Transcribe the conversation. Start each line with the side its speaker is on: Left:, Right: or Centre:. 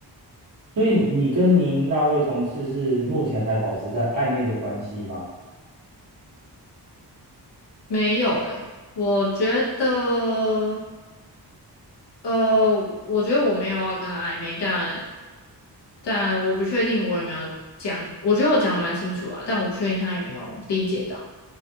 Right: 所以你跟您那位同事是目前还保持在暧昧的关系吗？
Left: 没有诶，我觉得，呃，我觉得我没有要跟他暧昧，但但我不确定我有没有讲，我觉得我讲的蛮清楚啊，但我不确定他有没有理解到。